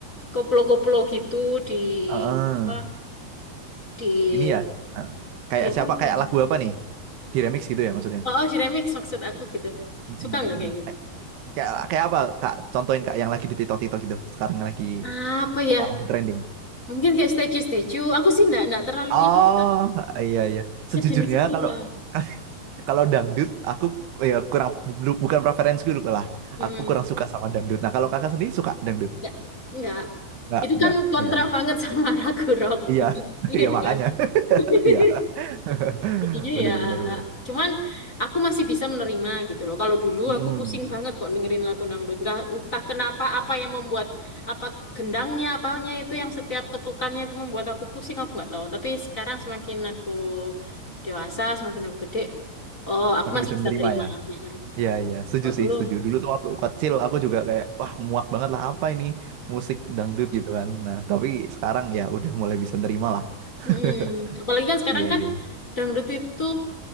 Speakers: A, on the left (about 20°); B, on the right (about 80°).
A: koplo-koplo gitu di
B: Heeh.
A: apa? Di
B: Ini ya. eh, Kayak
A: di apa?
B: siapa kayak
A: itu?
B: lagu apa nih? Di remix gitu ya maksudnya.
A: Oh, oh, di remix maksud aku gitu.
B: Mm-mm,
A: Suka nggak
B: mm-mm.
A: kayak gitu?
B: Kayak kayak apa Kak? Contohin Kak yang lagi di TikTok-TikTok gitu. Sekarang lagi
A: Apa ya?
B: apa lagi trending?
A: Mungkin kayak statue-statue. Aku sih nggak nggak terlalu
B: Oh,
A: ini. kan.
B: iya iya. Sejujurnya
A: Sejenis itulah.
B: kalau <laughs> kalau dangdut aku ya kurang bu- bukan preferensiku dulu lah.
A: Mm-mm.
B: Aku kurang suka sama dangdut. Nah, kalau kakak sendiri suka dangdut?
A: Nggak, nggak.
B: Enggak,
A: Itu
B: enggak.
A: kan kontra
B: Iya.
A: banget sama <laughs> Ragu Rock.
B: Iya. <laughs>
A: Iya
B: Iya makanya.
A: kan?
B: <laughs>
A: <laughs>
B: Iya. <laughs>
A: Jadinya
B: Bener
A: ya,
B: bener bener.
A: cuman aku masih bisa menerima gitu loh. Kalau dulu
B: Mm,
A: aku pusing banget kok dengerin lagu dangdut. Nggak, entah kenapa apa yang membuat apa gendangnya, apanya itu yang setiap ketukannya itu membuat aku pusing, aku nggak tahu. Tapi sekarang semakin aku dewasa, semakin aku gede, oh aku
B: makin
A: masih
B: bisa
A: bisa
B: menerima
A: terima.
B: ya.
A: Mm-mm.
B: Iya iya, setuju
A: Kalau dulu,
B: sih, setuju. Dulu tuh waktu kecil aku juga kayak wah muak banget lah apa ini musik dangdut gitu kan. Nah, tapi sekarang ya udah mulai bisa nerima lah. <laughs>
A: Mm-mm. Apalagi kan sekarang
B: Iya
A: kan
B: iya.
A: dangdut itu